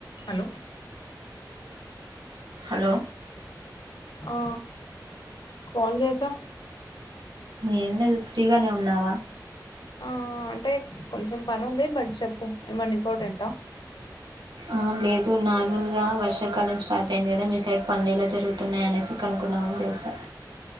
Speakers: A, on the left; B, on the right.
A: hello
B: hello
A: ఆ call చేసా
B: ఏం లేదు ఫ్రీగానే ఉన్నావా
A: ఆ అంటే కొంచెం పనుంది బట్ చెప్పు ఏమన్న్ ఇంపార్టెంటా
B: ఆ లేదు నార్మల్గా వర్షాకాలం స్టార్ట్ అయింది గదా మీ సైడ్ పన్లెలా జరుగుతున్నాయి అనేసి కనుక్ నవున్ జేశా